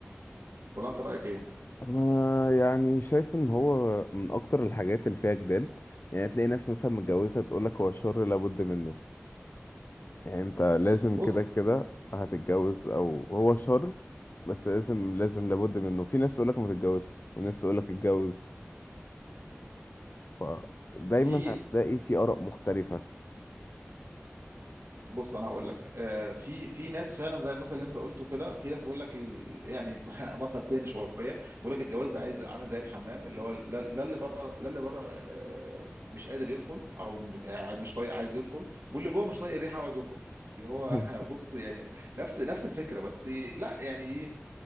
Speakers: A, on the right; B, on the left.
A: ولا انت رايك ايه
B: انا يعني شايف ان هو من اكتر الحاجات اللي فيها جدال يعني تلاقي ناس مثلا متجوزة تقولك هو شر لابد منه يعني انت لازم
A: بص
B: كده كده هتتجوز او هو شر بس لازم لازم لابد منه في ناس تقولك ما تتجوزش وناس تقولك اتجوز فدايما
A: في
B: هتلاقي في آراء مختلفة
A: بص انا هقول لك آه، في في ناس فعلا زي المثل اللي انت قلته كده في ناس بيقول لك ال... يعني <laughs> مثل تاني شويه بيقول لك الجواز ده عايز عامل زي الحمام اللي هو لا لا اللي بره لا اللي بره آه، مش قادر يدخل او م- يعني مش طايق عايز يدخل واللي جوه مش طايق الريحه وعايز يخرج اللي هو
B: <laughs>
A: <laughs> بص يعني نفس نفس الفكره بس لا يعني